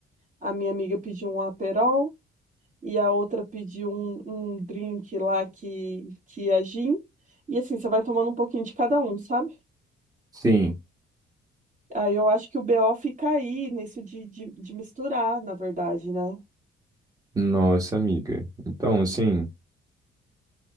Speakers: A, on the right; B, on the right.
A: a minha amiga pediu um Aperol, e a outra pediu um, um drink lá que, que é gin. E assim, você vai tomando um pouquinho de cada um, sabe?
B: Sim,
A: Aí eu acho que o BO fica aí, nisso de, de, de misturar, na verdade, né?
B: nossa amiga. Então, assim,